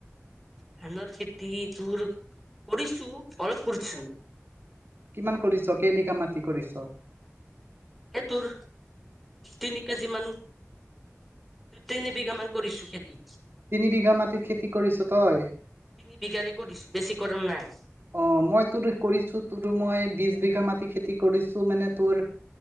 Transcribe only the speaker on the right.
কিমান কৰিছ? কেইবিঘা মাটি কৰিছ?
তিনি বিঘা মাটিত খেতি কৰিছ তই?
অ' মই তোৰ কৰিছোঁ তোৰ মই বিশ বিঘা মাটি খেতি কৰিছোঁ মানে তোৰ এ,